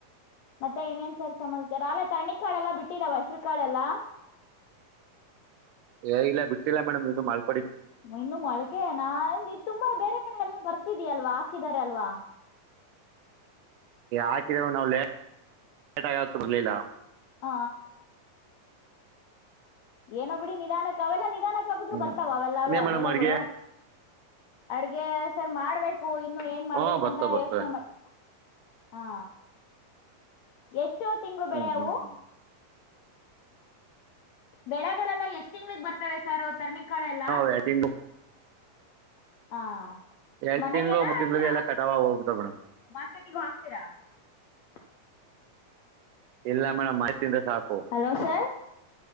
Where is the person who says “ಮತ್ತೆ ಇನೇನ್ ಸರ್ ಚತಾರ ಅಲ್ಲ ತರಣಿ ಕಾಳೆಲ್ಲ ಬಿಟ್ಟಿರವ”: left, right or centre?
Left